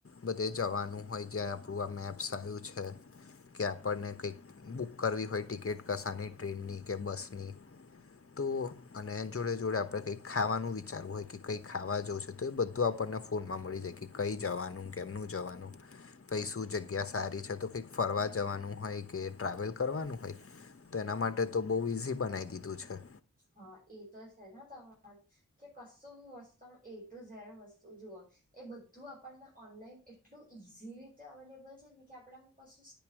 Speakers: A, on the left; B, on the right.
A: બધે જવાનું હોય જ્યાં આપણું આ મેપ્સ આવ્યું છે્ કે આપણને કંઈક બુક કરવી હોય ટિકિટ કસાની ટ્રેનની કે બસની તો અને એ જોડે જોડે આપણે કઈક ખાવાનું વિચારવું હોય કે કંઈક ખાવા જોવ છે તો એ બધું. તો આપણને ફોનમાં મળી જાય કે કઈ જવાનું કેમનું જવાનું. પય શું જગ્યા સારી છે તો કંઈક ફરવા જવાનું હોય કે ટ્રાવેલ કરવાનું હોય તો એના માટે તો બહુ ઈઝી બનાવી દીધું છે.
B: હા એ તો છે ને તમા કે કશું બી વસ્તુ એ ટુ ઝેડ વસ્તુ જુઓ એ બધું આપણને ઓનલાઈન એટલું ઈઝી રીતે અવેલેબલ છે ને કે આપણેે આમ કશું